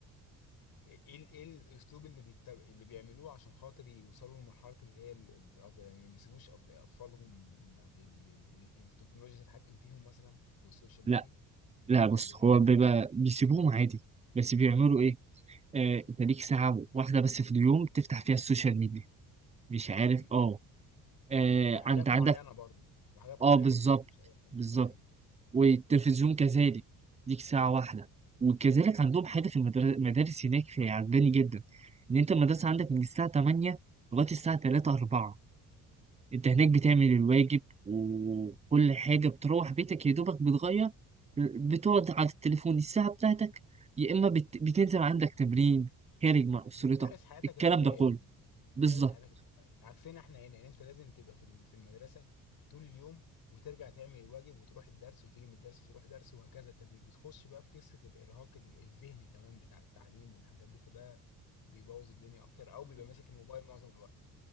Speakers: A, on the left; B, on the right.
A: ايه ال- ايه الاسلوب اللي بيتب... اللي بيعملوه عشان خاطر يوصلوا لمرحله اللي هي ال- الافضل يعني ما بيسيبوش أط- اطفالهم لل- لل- لل- التكنولوجيا تتحكم فيهم مثلا والسوشيال ميديا
B: لا لا
A: امال
B: بص
A: ايه
B: هو بيبقى بيسيبوهم عادي بس بيعملوا إيه آه أنت ليك ساعة واحدة بس في اليوم تفتح فيها السوشيال ميديا مش عارف
A: تمام
B: أه آه،
A: وحاجات
B: أنت عندك
A: معينه برضو وحاجات
B: أه
A: معينه
B: بالظبط
A: صح مش اي حاجه
B: بالظبط
A: تمام
B: والتلفزيون كذلك ليك ساعة واحدة وكذلك عندهم حاجة في المدر- المدارس هناك في عجباني جدا إن أنت المدرسة عندك من الساعة 8 لغاية الساعة 3 4 أنت
A: مم.
B: هناك بتعمل الواجب وكل حاجة بتروح بيتك يا دوبك بتغير بتقعد على التليفون الساعة بتاعتك يا إما بت... بتنزل عندك تمرين خارج مع أسرتك
A: بتمارس حياتك
B: الكلام
A: الطبيعية
B: ده كله
A: بقى بتمارس
B: بالظبط
A: حياتك الطبيعية عكسنا احنا هنا يعني انت لازم تبقى في ال- في المدرسة طول اليوم وترجع تعمل الواجب وتروح الدرس وتيجي من الدرس تروح درس وهكذا انت بت- بتخش بقى في قصة الإرهاق ال- الذهني كمان بتاع التعليم والحاجات دي فده بيبوظ الدنيا أكتر أو بيبقى ماسك الموبايل معظم الوقت